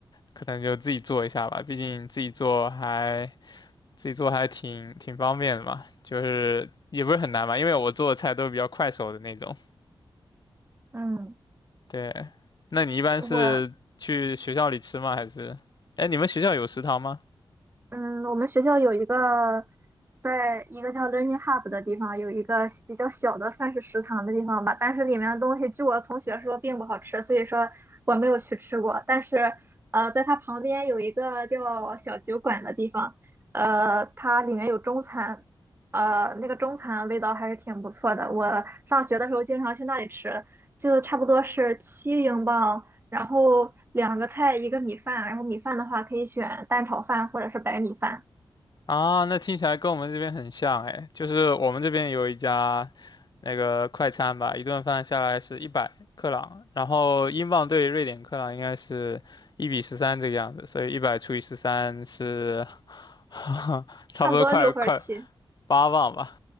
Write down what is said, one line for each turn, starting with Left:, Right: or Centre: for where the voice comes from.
Left: 可能就自己做一下吧，毕竟自己做还自己做还挺挺方便的嘛，就是也不是很难嘛，因为我做的菜都是比较快手的那种。
Right: 嗯，
Left: 对，那你一般是去学校里吃吗？
Right: 我
Left: 还是，哎，你们学校有食堂吗？
Right: 嗯，我们学校有一个，在一个叫 Learning Hub 的地方，有一个比较小的算是食堂的地方吧，但是里面的东西，据我同学说并不好吃，所以说我没有去吃过。但是，呃，在它旁边有一个叫小酒馆的地方，呃，它里面有中餐，呃，那个中餐味道还是挺不错的。我上学的时候经常去那里吃，就差不多是七英镑。然后两个菜一个米饭，然后米饭的话可以选蛋炒饭或者是白米饭，
Left: 啊，那听起来跟我们这边很像哎，就是我们这边有一家那个快餐吧，一顿饭下来是一百克朗，然后英镑对瑞典克朗应该是一比十三这个样子，所以一百除以十三是 <laughs> 差不多快快
Right: 差不多六份者七，
Left: 八磅吧？